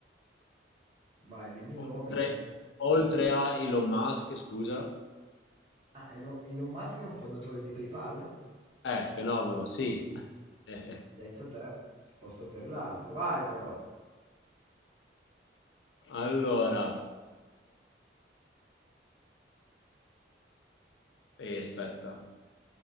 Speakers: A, on the right; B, on the left.
A: Vai, dimmi
B: oltre,
A: nome almeno.
B: oltre a Elon Musk, scusa?
A: Ah, Elon Elon Musk è un fondatore di PayPal?
B: Eh, fenomeno, sì. <laughs> Eh,
A: Pensa a te, se posso sapere l'altro. Vai però.
B: Allora, eh, aspetta,